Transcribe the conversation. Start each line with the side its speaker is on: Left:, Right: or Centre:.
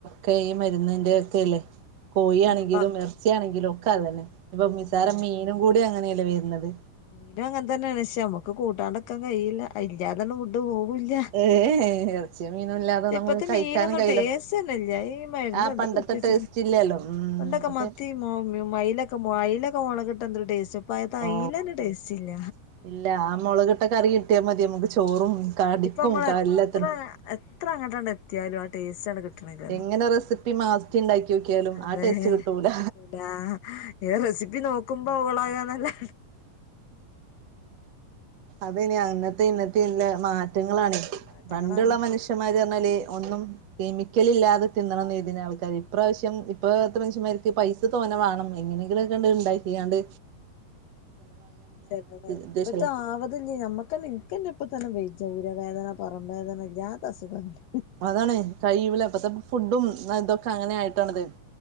Right: കെ ഈ മരുന്നിൻ്റെ ക്കല്ലേ കോഴിയണെങ്കിലും
Left: നമ്മ
Right: ഇറച്ചിയാണെങ്കിലും ഒക്കെ അതന്നെ ഇപ്പൊ
Left: അതെ
Right: നിസാരം മീ- നും കൂടി അങ്ങനെയലെ വരുന്നത്
Left: മീനും ആങ്ങനെ തന്നെയാണ് പഷേ നമ്മുക്ക് കൂട്ടാണ്ടക്കൻ കഴയില്ല അതില്ലാതെ- പോവില്ല
Right: ഏ ഇറച്ചിയ മീനും ഇല്ലാതെ നമുക്ക്
Left: ഇപ്പത്തെ
Right: കഴിക്കാനും
Left: മീനൊന്നും
Right: കഴിയില്ല
Left: ടേസ്റ്റ് തന്നെ ഇല്ല ഈ മരുന്ന്
Right: ആ
Left: ഇത്
Right: പണ്ടത്തെ
Left: ഒക്ക കുത്തിവച്ചു
Right: ടേസ്റ്റ് ഇല്ലല്ലോ ഉം
Left: പണ്ടൊക്കെ
Right: ഓക്കെ
Left: മത്തി മൊ മൈല അയിലൊക്കെ മുളക കിട്ട എന്ത ഒരു ടേസ്റ്റ് ഇപ്പൊ തെ അയിലന്റ
Right: ഓ
Left: ഒരു ടേസ്റ്റ് ഇല്ല
Right: ഇല്ല ആഹ് മുളക്കിട്ട കറി കിട്ടിയാൽ മതി നമുക്ക് ചോറും കടിക്കും
Left: ഇപ്പൊ നമ്മള് എത്ര
Right: എല്ലാത്തിനും
Left: എത്ര അങ്ങോട്ടണ്ട് എത്തിയാലും ടേസ്റ്റ്ണ് കിട്ടന്നില്ലലോ
Right: എങ്ങനെ റെസിപ്പി മാറ്റി ഉണ്ടാക്കി നോക്കിയാലും
Left: അതെ
Right: ആ ടേസ്റ്റ് കിട്ടൂല
Left: കിട്ടുലാ ഏഹ് റെസിപ്പി നോക്കുമ്പോ അവളാകാനല്ലതെ
Right: അതനി അന്നത്തെ ഇന്നത്തെ ഇല്ല മാറ്റങ്ങളാണ്
Left: മാറ്റങ്ങളാണ്
Right: പണ്ടുള്ള മനുഷ്യന്മാര് പറഞ്ഞാല് ഒന്നും കെമിക്കലില്ലാതെ തിന്നണന്ന്
Left: അതെ
Right: കേരുതുന്ന ആള്ക്കാര്യന് ഈ പ്രാവശ്യം ഇപ്പത്തെ മനുഷ്യന്മാർക്ക് പൈസ തോനെ വേണം എങ്ങനെങ്കിലുക്കെ
Left: അതെ
Right: ഉണ്ടാക്ക്യാണ്ട്
Left: <unintelligible>
Right: ഉദ്ദേശല്ലേ
Left: ആവാതില്ല നമ്മുക്കന്നെ ഇൻക്കെന്നെ ഇപ്പോ തന്നെ വയിജ ഊര വേദന പുറം വേദന ഇല്ലാത്ത അസുഖങ്ങ-
Right: അത്താണ് കഴിയൂല ഇപ്പത്തെ ഫുഡും ഇതൊക്കെ അങ്ങനെ ആയിട്ടാണിത്.